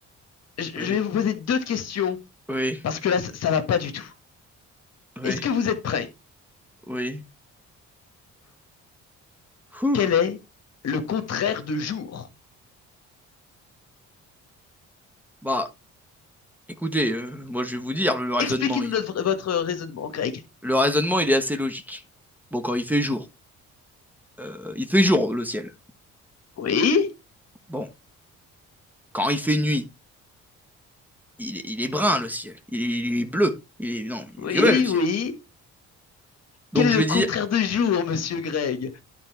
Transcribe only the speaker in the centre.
Oui,
oui,
oui,
oui. Ouh.
Bah, écoutez, euh, moi je vais vous dire, le raisonnement,
il...
le raisonnement, il est assez logique. Bon, quand il fait jour, euh, il fait jour, le ciel.
Bon, quand il fait nuit, il, est- il est brun le ciel. Il est, il est bleu. Il est, non, il
est violet le ciel.
Donc
je
vais
dire,